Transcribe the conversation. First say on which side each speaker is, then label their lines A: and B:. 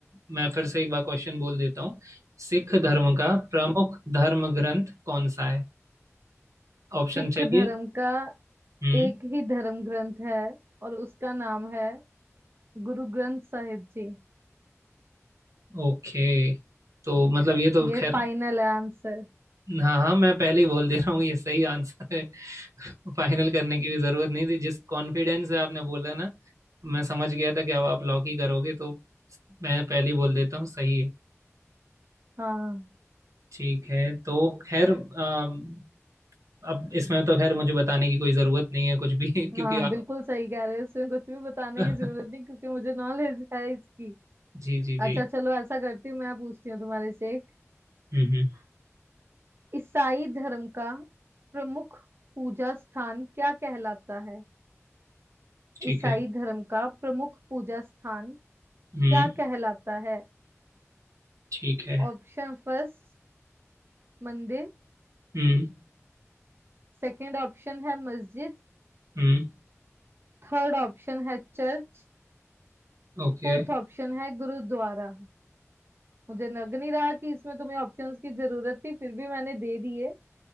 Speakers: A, on the right; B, on the right.
A: मैं फिर से एक बार क्वेश्चन बोल देता हूँ सिख धर्म का प्रमुख धर्म ग्रंथ कौन सा है ऑप्शन
B: सिख
A: चाहिए
B: धर्म का
A: हम्म
B: एक ही धर्म ग्रंथ है और उसका नाम है गुरु ग्रंथ साहिब जी
A: ओके तो मतलब ये तो
B: ये
A: खैर
B: फाइनल है आंसर
A: हाँ हाँ मैं पहले ही बोल दे रहा हूँ ये सही आंसर है <laughs> फाइनल करने की भी जरूरत नहीं थी जिस कॉन्फिडेंस से आपने बोला ना मैं समझ गया था कि अब आप लॉक ही करोगे तो मैं पहले ही बोल देता हूँ सही है
B: हाँ
A: ठीक है तो खैर अम, अब इसमें तो खैर मुझे बताने की कोई ज़रूरत नहीं है कुछ भी <laughs> क्योंकि
B: हाँ बिल्कुल
A: आप
B: सही कह रहे हो इसमें कुछ भी बताने
A: <laughs>
B: की जरूरत नहीं क्योंकि मुझे नॉलेज है इसकी
A: जी जी
B: अच्छा
A: जी
B: चलो ऐसा करती हूँ मैं पूछती हूँ तुम्हारे से एक
A: हम्म हम्म
B: ईसाई धर्म का प्रमुख पूजा स्थान क्या कहलाता है
A: ठीक
B: ईसाई
A: है
B: धर्म का प्रमुख पूजा स्थान
A: हम्म
B: क्या कहलाता है
A: ठीक है
B: ऑप्शन फर्स्ट मंदिर
A: हम्म
B: सेकंड ऑप्शन है मस्जिद
A: हम्म
B: थर्ड ऑप्शन है चर्च
A: ओके
B: फोर्थ ऑप्शन है गुरुद्वारा मुझे लग नहीं रहा कि इसमें तुम्हें ऑप्शंस की जरूरत थी फिर भी मैंने दे दिए